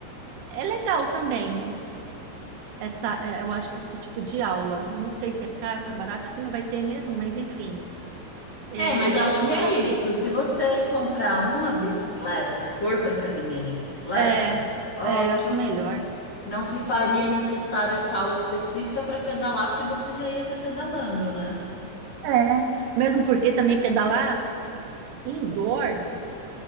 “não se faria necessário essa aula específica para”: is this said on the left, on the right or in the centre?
Left